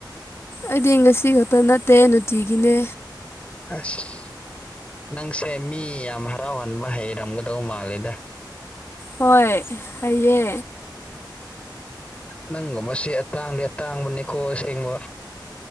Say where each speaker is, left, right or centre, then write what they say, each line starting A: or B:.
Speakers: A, on the left (about 35°); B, on the left (about 15°).
A: ꯑꯩꯗꯤ ꯉꯁꯤ ꯈꯛꯇ ꯅꯠꯇꯦ ꯅꯨꯡꯇꯤꯒꯤꯅꯦ
B: ꯑꯁ ꯅꯪꯁꯦ ꯃꯤ ꯌꯥꯝ ꯍꯔꯥꯎꯍꯟꯕ ꯍꯩꯔꯝꯒꯗꯧ ꯃꯥꯜꯂꯦꯗ
A: ꯍꯣꯏ ꯍꯩꯌꯦ
B: ꯅꯪꯒꯨꯝꯕꯁꯦ ꯑꯇꯥꯡꯗꯤ ꯑꯇꯥꯡꯕꯅꯤꯀꯣ ꯑꯁꯦꯡꯕ